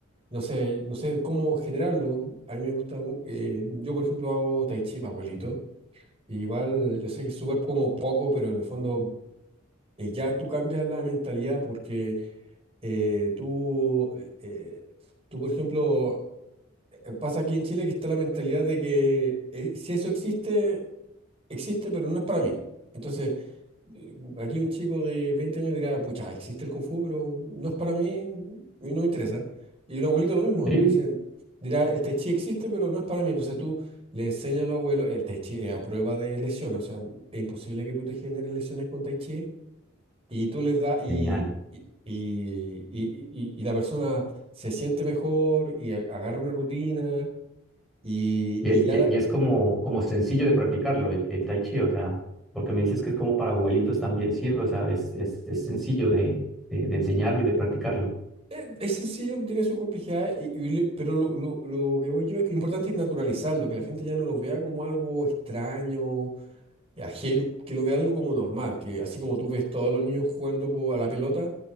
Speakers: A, on the right; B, in the centre.
A: no sé, no sé cómo generarlo. A mí me gusta, eh, yo por ejemplo hago tai chi, pa' abuelito. y Igual yo sé que es súper como poco, pero en el fondo eh, ya tú cambias la mentalidad porque eh, tú, eh, eh, tú, por ejemplo, eh, pasa aquí en Chile que está la mentalidad de que eh, si eso existe, existe, pero no es para mí. Entonces, eh, aquí un chico de 20 años dirá, pucha, existe el Kung Fu, pero no es para mí y no me interesa. Y un abuelito lo mismo,
B: Sí.
A: dicen, dirá, el Tai Chi existe, pero no es para mí. Entonces tú le enseñas a los abuelos, el Tai Chi es a prueba de lesiones, o sea, es imposible que tú te generes lesiones con Tai Chi y tú les das y,
B: Genial.
A: y, y- y- y- y la persona se siente mejor y a- agarra una rutina y,
B: Y,
A: y ya la-
B: y- y es como, como sencillo de practicarlo, el, el tai chi, o sea, porque me dices que es como para abuelitos también sirve, o sea, es, es, es sencillo de, de, de enseñarlo y de practicarlo.
A: eh, es sencillo, tiene sus complejidades, y- y le- pero lo, lo- lo que voy yo es que lo importante es naturalizarlo, que la gente ya no lo vea como algo extraño, ajeno, que lo vea algo como normal, que así como tú ves todos los niños jugando po- a la pelota,